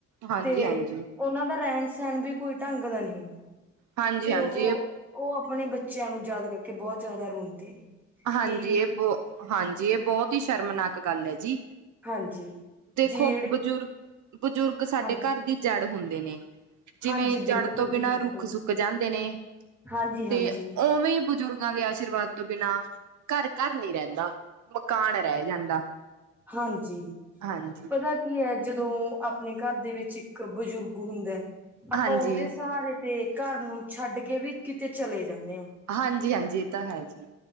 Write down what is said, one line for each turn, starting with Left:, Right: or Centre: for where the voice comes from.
Right: ਹਾਂਜੀ
Centre: ਤੇ
Right: ਹਾਂਜੀ
Centre: ਉਹਨਾਂ ਦਾ ਰਹਿਣ- ਸਹਿਣ ਵੀ ਕੋਈ ਢੰਗ ਦਾ ਨੀ ਹੁੰਦਾ।
Right: ਹਾਂਜੀ
Centre: ਤੇ
Right: ਹਾਂਜੀ
Centre: ਉਹ,
Right: ਇਹ
Centre: ਉਹ ਆਪਣੇ ਬੱਚਿਆਂ ਨੂੰ ਯਾਦ ਕਰਕੇ ਬਹੁਤ ਜ਼ਿਆਦਾ ਰੋਂਦੇ ਨੇ।
Right: ਹਾਂਜੀ,
Centre: ਕਿ
Right: ਇਹ ਬਹੁ, ਹਾਂਜੀ ਇਹ ਬਹੁਤ ਹੀ ਸ਼ਰਮਨਾਕ ਗੱਲ ਐ ਜੀ।
Centre: ਹਾਂਜੀ
Right: ਦੇਖੋ
Centre: ਜੀ ਜਿਹੜੇ
Right: ਬਜ਼ੁਰਗ, ਬਜ਼ੁਰਗ ਸਾਡੇ
Centre: ਹਾਂਜੀ
Right: ਘਰ ਦੀ ਜੜ ਹੁੰਦੇ ਨੇ ਜਿਵੇਂ
Centre: ਹਾਂਜੀ ਬਿਲਕੁਲ
Right: ਜੜ ਤੋਂ
Centre: ਜੀ
Right: ਬਿਨਾਂ
Centre: ਬਿਲਕੁਲ
Right: ਰੁੱਖ ਸੁੱਕ ਜਾਂਦੇ ਨੇ
Centre: ਹਾਂਜੀ ਹਾਂਜੀ
Right: ਤੇ ਉਵੇਂ ਬਜ਼ੁਰਗਾਂ ਦੇ ਆਸ਼ੀਰਵਾਦ ਤੋਂ ਬਿਨਾਂ ਘਰ, ਘਰ ਨਈ ਰਹਿੰਦਾ, ਮਕਾਨ ਰਹਿ ਜਾਂਦਾ।
Centre: ਹਾਂਜੀਂ
Right: ਹਾਂਜੀ।
Centre: ਤਾ ਕੀ ੲੈ ਜਦੋ, ਆਪਣੇ ਘਰ ਦੇ ਵਿੱਚ ਇੱਕ ਬਜ਼ੁਰਗ ਹੁੰਦਾ, ਆਪਾਂ
Right: ਹਾਂਜੀ।
Centre: ਓਦੇ ਸਹਾਰੇ ਤੇ ਘਰ ਨੂੰ ਛੱਡ ਕੇ ਵੀ ਕਿਤੇ ਚਲੇ ਜਾਣੇ ਆਂ
Right: ਹਾਂਜੀ-ਹਾਂਜੀ, ਏ ਤਾਂ ਹੈ ਜੀ।